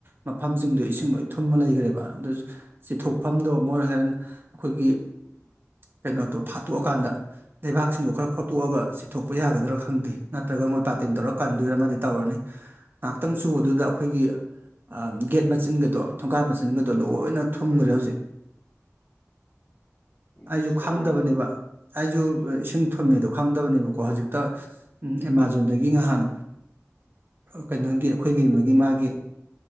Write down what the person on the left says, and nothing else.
ꯎꯝ
ꯑꯁ ꯅꯣꯏꯔꯣꯝꯒꯤꯗꯤ